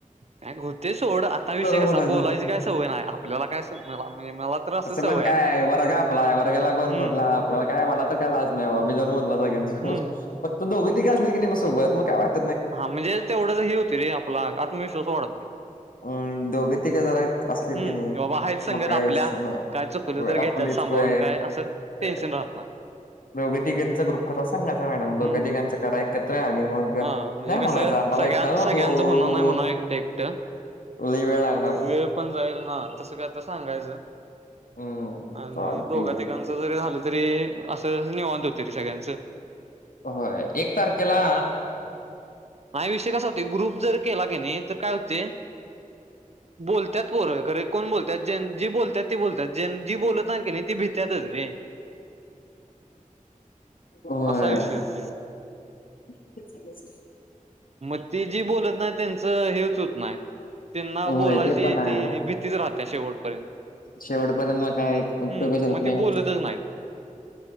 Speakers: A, on the right (about 50°); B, on the left (about 85°).
A: काय होते सोड आता विषय कसा
B: म्हणायचा.
A: बोलायची काय सवय नाही आपल्याला सपनला म्हणजे. <unintelligible>
B: तसं पण काय
A: आहे
B: वर्ग आपला आहे वर्गाला कोण
A: हम्म
B: कोटला आपल्याला काय मला तर काय लाज नाही मी जाऊन बोलणार.
A: हम्म
B: <unintelligible> फक्त दोघे तिघ काय असली की नाही मग सोबत मग काय वाट
A: हा म्हणजे तेवढंच हे होती रे आपला आत्मविश्वास वाढते.
B: अम दोघे तिघं जरा असले
A: हम्म
B: की नाही
A: बाबा आहेच संगत
B: म काय
A: आपल्या
B: शी <unintelligible> होय
A: काय चुकलं तर घेतात
B: आपलीच
A: सांभाळून
B: स्कूल हे.
A: काय असं
B: <unintelligible>
A: टेन्शन राहत नाही
B: दोघं तिघांचा ग्रुप करा सांगायचा मॅडम दोघं
A: हम्म
B: तिघांचा करा एकत्र आणि मग
A: हा म्हणजे
B: नाही
A: कसं
B: म्हणायचं आम्हाला
A: सगळ्यां
B: एकट्याला
A: सगळ्यांचं
B: नको
A: होना नाही म्हणा एकटं एकटं
B: लई वेळ लागणार
A: वेळ पण जाईल हा तसं कायतर सांगायच
B: हम्म
A: आणि
B: चालतंय
A: दोघं
B: की
A: तिघांचं जरी झालं तरी असं निवांत होते ते सगळ्यांचं.
B: हो एक तारखेला
A: आय विषय कसा होते ग्रुप जर केला क नाही तर काय होते बोल त्यात पोरं खरे कोण बोलतात जेन जी बोलतात ते बोलतात जेन जी बोलत नाही का ती भित्यातच रे.
B: होय.
A: असा विषय होते
B: <unintelligible>
A: म ती जी बोलत नाही त्यांचं हेच होत नाही त्यांना
B: होय
A: बोलायची
B: ते पण आहे
A: ते भीतीच राहत्या शेवटपर्यंत.
B: शेवटपर्यंत म काय उपयोग
A: हम्म
B: जमत नाही
A: ती
B: मग.
A: बोलतच नाहीत